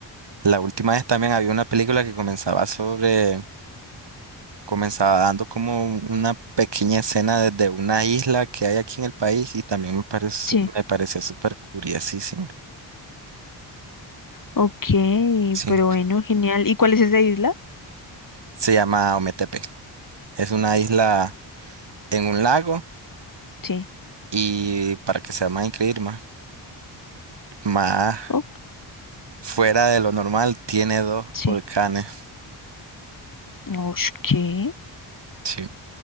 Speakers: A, on the right (about 55°); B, on the left (about 40°).
A: la última vez también había una película que comenzaba sobre, comenzaba dando como una pequeña escena desde una isla que hay aquí en el país y también me pareció,
B: Sí.
A: me pareció súper curiosísimo.
B: Ok,
A: Sí,
B: pero bueno, genial. ¿Y cuál es esa isla?
A: se llama Ometepe. Es una isla en un lago
B: Sí.
A: y para que sea más increíble, más, más
B: Oh,
A: fuera de lo normal, tiene dos
B: sí.
A: volcanes.
B: Ush, ¿qué?
A: Sí.